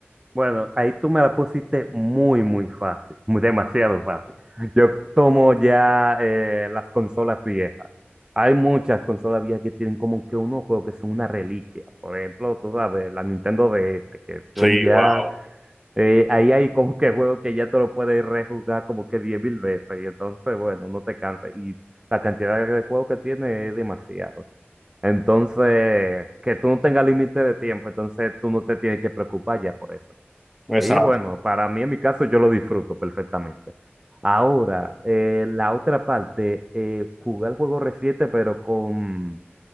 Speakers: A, on the right; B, in the centre.
A: Bueno, ahí tú me la pusiste muy, muy fácil, muy- demasiado fácil. Yo tomo ya eh, las consolas viejas. Hay muchas consolas viejas que tienen como que unos juegos que son una reliquia. Por ejemplo, tú sabes, la Nintendo DS, que son
B: Sí,
A: ya,
B: wow.
A: eh, ahí hay como que juegos que ya te lo puedes rejugar como que 10.000 veces. Y entonces, bueno, no te cansas. Y la cantidad de juegos que tiene es demasiado. Entonces, que tú no tengas límite de tiempo, entonces tú no te tienes que preocupar ya por eso. Y
B: Exacto.
A: bueno, para mí en mi caso yo lo disfruto perfectamente. Ahora, eh, la otra parte, eh, jugar juegos recientes, pero con,